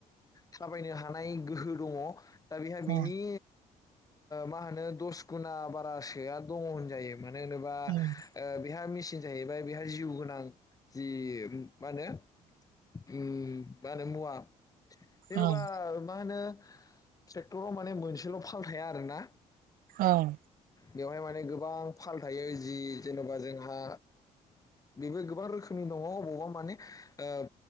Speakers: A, on the left (about 25°); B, on the right (about 80°).
A: थाबायनो हानाय गोहो दङ दा बेहा बिनि
B: ओं
A: मा होनो दस गुना बारासोआ दङ होनजायो। मानो होनोबा ओ
B: ओं
A: बेहा मेचिन जाहैबाय बेहा जिउ गोनां जि मा होनो मा होनो मुवा जेन'बा
B: ओं
A: मा होनो? ट्रेक्टराव माने मोनसेल' फाल थाया आरोना
B: ओं
A: बेवहाय माने गोबां फाल थायो जि जेन'बा जोंहा बेबो गोबां रोखोमनि दङ अबावबा माने ओ